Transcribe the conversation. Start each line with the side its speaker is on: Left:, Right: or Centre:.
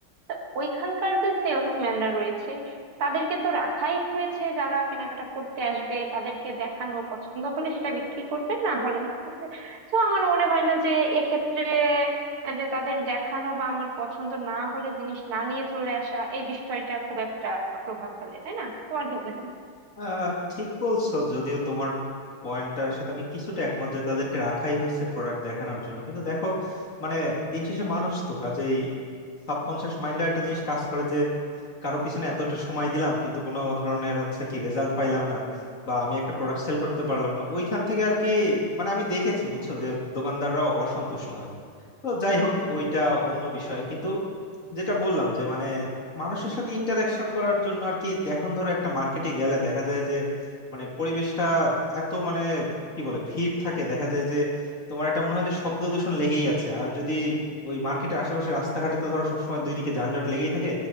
Right: তো ওইখানকার যে সেলসম্যানরা রয়েছে তাদেরকে তো রাখাই হয়েছে যারা কেনাকাটা করতে আসবে তাদেরকে দেখানো পছন্দ হলে সেটা বিক্রি করবে না হলে না করবে তো আমার মনে হয় না যে এক্ষেত্রে আহ যে তাদের দেখানো বা আমার পছন্দ না হলে জিনিস না নিয়ে চলে আসা এই বিষয়টা খুব একটা প্রভাব ফেলে তাই না তোমার কি মনে হয়
Left: আহ ঠিক বলছো যদিও তোমার পয়েন্টটার সাথে আমি কিছুটা একমত যে তাদেরকে রাখাই হয়েছে প্রোডাক্ট দেখানোর জন্য কিন্তু দেখো মানে দিন শেষে মানুষ তো কাজেই সাবকনসিয়াস মাইন্ডে একটা জিনিস কাজ করে যে কারো পিছনে এতটা সময় দিলাম কিন্তু কোনো ধরনের হচ্ছে কি রেজাল্ট পাইলাম না বা আমি একটা প্রোডাক্ট সেল করতে পারলাম না ওইখান থেকে আর কি মানে আমি দেখেছি বুঝছো যে দোকানদাররাও অসন্তুষ্ট হয় তো যাই হোক ওইটা অন্য বিষয় কিন্তু যেটা বললাম যে মানে মানুষের সাথে ইন্টারাকশন করার জন্য আর কি এখন ধরো একটা মার্কেটে গেলে দেখা যায় যে মানে পরিবেশটা এত মানে কি বলে ভিড় থাকে দেখা যায় যে তোমার এটা মনে হয় যে শব্দ দূষণ লেগেই আছে আর যদি ওই মার্কেটের আশেপাশে রাস্তাঘাটে তো ধরো সবসময় দুই দিকে যানজট লেগেই থাকে